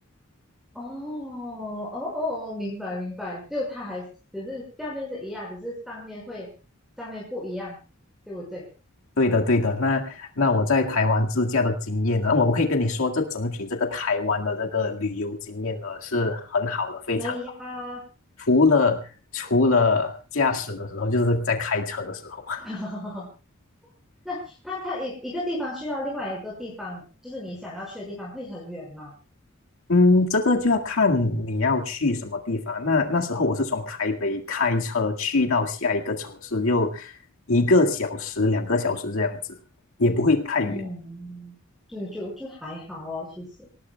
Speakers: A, in the centre; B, on the left.
A: 哦哦，哦哦明白明白，就它还只是下面是一样，只是上面会上面不一样，对不对？
B: 对。那我在台湾自驾的经验呢，我可以跟你说，这整体这个台湾的这个旅游经验呢是很好的，非常好。
A: 可以啊。
B: 除了除了驾驶的时候，就是在开车的时候。<laughs>
A: <laughs> 那它它一一个地方去到另外一个地方，就是你想要去的地方，会很远吗？
B: 嗯，这个就要看你要去什么地方。那那时候我是从台北开车去到下一个城市，就一个小时、两个小时这样子，也不会太远。
A: 嗯，对，就就还好哦，其实